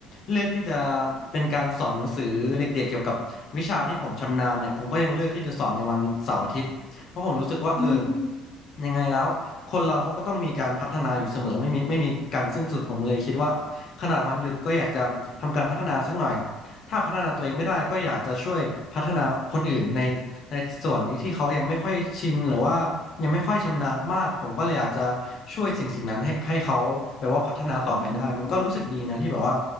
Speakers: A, on the left; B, on the right.
A: เลือกที่จะเป็นการสอนหนังสือเด็กๆเกี่ยวกับวิชาที่ผมชำนาญเนี่ยผมก็ยังเลือกที่จะสอนในวันเสาร์อาทิตย์เพราะผมรู้สึกว่าเออ
B: อืมอื
A: ยังไงแล้วคนเราเขาก็ต้องมีการพัฒนาอยู่เสมอไม่มีไม่มีการสิ้นสุดผมเลยคิดว่าขนาดวันหยุดก็อยากจะทำการพัฒนาสักหน่อย ถ้าพัฒนาตัวเองไม่ได้ก็อยากจะช่วยพัฒนาคนอื่นในในส่วนนี้ที่เขายังไม่ค่อยชินหรือว่ายังไม่ค่อยชำนาญมากผมก็เลยอยากจะช่วยสิ่งสิ่งนั้นให้ให้เขาแบบว่าพัฒนาต่อไปได้มันก็รู้สึกดีนะที่แบบว่า
B: ม